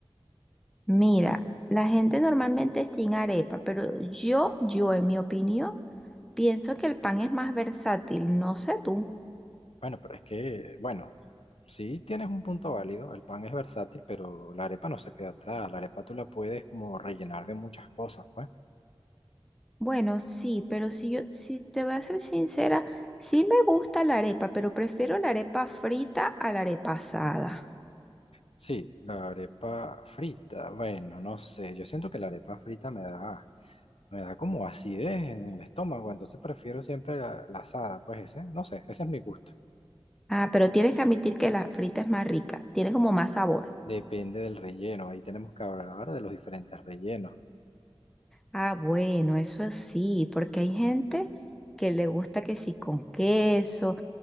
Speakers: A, in the centre; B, on the left.
A: Mira, la gente normalmente es sin arepa, pero yo, yo en mi opinión, pienso que el pan es más versátil, no sé tú.
B: Bueno, pero es que, bueno, sí tienes un punto válido. El pan es versátil, pero la arepa no se queda atrás. La arepa tú la puedes como rellenar de muchas cosas, pues.
A: Bueno, sí, pero si yo, si te voy a ser sincera, sí me gusta la arepa, pero prefiero la arepa frita a la arepa asada.
B: Sí, la arepa frita. Bueno, no sé. Yo siento que la arepa frita me da, me da como acidez en el estómago. Entonces prefiero siempre la, la asada. Pues ese, no sé, ese es mi gusto.
A: Ah, pero tienes que admitir que la frita es más rica, tiene como más sabor.
B: Depende del relleno. Ahí tenemos que hablar de los diferentes rellenos.
A: Ah, bueno, eso sí, porque hay gente que le gusta que sí con queso,